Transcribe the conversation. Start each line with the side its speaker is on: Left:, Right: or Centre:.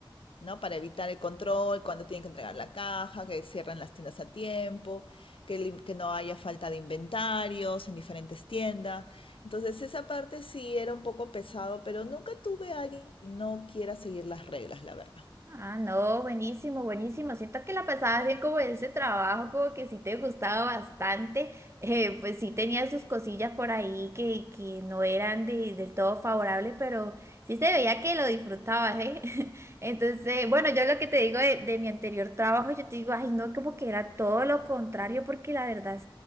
Left: ¿no? Para evitar el control, cuando tienen que entregar la caja, que cierren las tiendas a tiempo, que, que no haya falta de inventarios en diferentes tiendas. Entonces, esa parte sí era un poco pesado, pero nunca tuve a alguien que no quiera seguir las reglas, la verdad.
Right: Ah, no, buenísimo, buenísimo. Siento que la pasabas bien como en ese trabajo, como que sí te gustaba bastante. Eh, pues sí tenía sus cosillas por ahí que, que no eran de- del todo favorables, pero sí se veía que lo disfrutabas, ¿eh? <laughs> Entonces, bueno, yo lo que te digo de, de mi anterior trabajo, yo te digo, ay, no, como que era todo lo contrario, porque la verdad